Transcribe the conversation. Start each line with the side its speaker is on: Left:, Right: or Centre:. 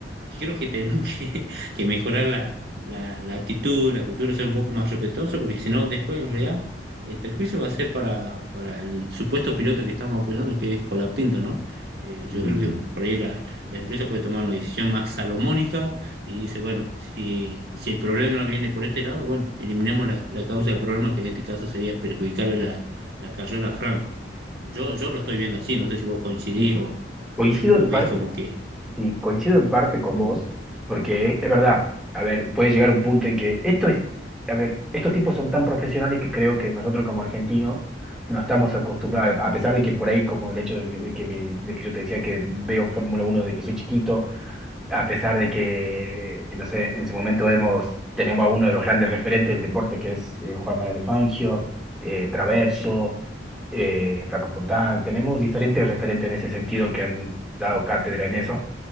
Right: creo que tenemos que, <laughs> que mejorar la, la, la actitud, la cultura, ser un poco más respetuoso, porque si no, después en realidad el perjuicio va a ser para, para el supuesto piloto que estamos apoyando, que es Colapinto, ¿no? Eh,
Centre: sí,
Right: yo creo que por ahí la, la empresa puede tomar una decisión más salomónica y dice, bueno, si, si el problema viene por este lado, bueno, eliminemos la, la causa del problema, que en este caso sería perjudicar la carrera Franco. Yo, yo lo estoy viendo así, no sé si vos coincidís
Centre: sí.
Right: o,
Centre: Coincido
Right: o,
Centre: en
Right: o ves
Centre: parte,
Right: como que...
Centre: sí, coincido en parte con vos, porque es, es verdad, a ver, puede llegar un punto en que esto es, a ver, estos tipos son tan profesionales que creo que nosotros como argentinos no estamos acostumbrados, a pesar de que por ahí, como el hecho de, mi- de que, mi, de que yo te decía que veo Fórmula uno desde que soy chiquito, a pesar de que, eh, no sé, en su momento hemos, tenemos a uno de los grandes referentes del deporte, que es eh, Juan Manuel Fangio, eh, Traverso, eh, Flaco Fontán, tenemos diferentes referentes en ese sentido que han dado cátedra en eso.